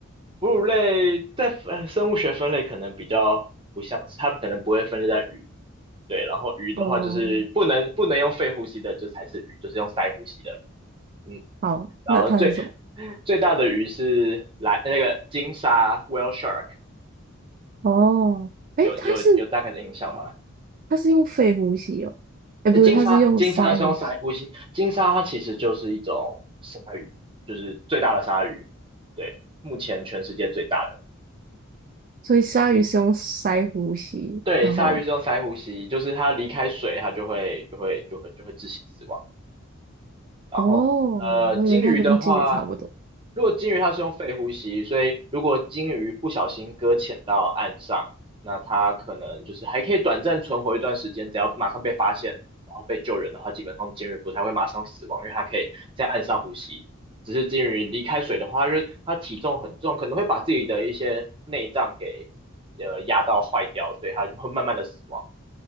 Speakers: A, on the right (about 25°); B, on the right (about 40°).
A: 哺乳类在呃生物学分类可能比较不像是，它可能不会分类在鱼。对，然后鱼的话就是不能不能用肺呼吸的，
B: 哦、
A: 就才是鱼，就是用鳃呼吸的。嗯，
B: 好，
A: 然后最
B: 那它是什么？
A: 最大的鱼是蓝那个鲸鲨 whale shark，
B: 哦，诶，
A: 有有有大概的印象吗？
B: 它是它是用肺呼吸哦，诶，
A: 呃金鲨，
B: 不是，它是用鳃呼吸，
A: 金鲨是用鳃呼吸，金鲨它其实就是一种鲨鱼，就是最大的鲨鱼，对，目前全世界最大的。
B: 所以鲨鱼是用鳃呼吸，
A: 对，
B: 然后
A: 鲨鱼是用鳃呼吸，就是它离开水，它就会就会就会就会窒息死亡。然后呃，
B: 哦，我以为它跟鲸鱼差不多。
A: 鲸鱼的话，如果鲸鱼它是用肺呼吸，所以如果鲸鱼不小心搁浅到岸上，那它可能就是还可以短暂存活一段时间，只要马上被发现，然后被救人的话，基本上鲸鱼不太会马上死亡，因为它可以在岸上呼吸。只是鲸鱼离开水的话，因为它体重很重，可能会把自己的一些内脏给呃压到坏掉，所以它就会慢慢的死亡。